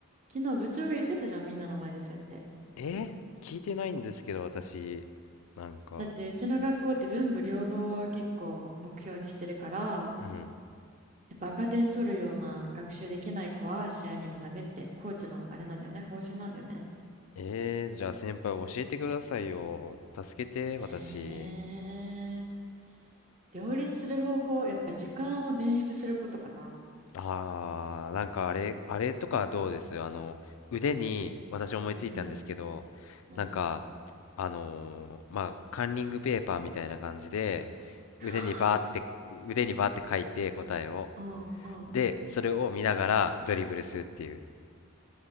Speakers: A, on the right; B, on the left.
A: 昨日部長が言ってたじゃん、みんなの前でそうやって。
B: え聞いてないんですけど、私。なんか、
A: だって、うちの学校って文武両道を結構目標にしてるから、
B: うん。
A: やっぱ赤点取るような学習できない子は試合にもダメって、コーチのあれなんだよね、方針なんだよね。
B: えー、じゃあ先輩教えてくださいよ。助けて、私。
A: へえ。両立する方法、やっぱ時間を捻出することかな。
B: あー、なんかあれ、あれとかどうですあの、腕に私思いついたんですけど、
A: うん、うん。
B: なんか、あのーまあ、カンニングペーパーみたいな感じで、腕にバーって、
A: <laughs>
B: 腕にバーって書いて答えを。
A: うんうん。
B: で、それを見ながらドリブルするっていう。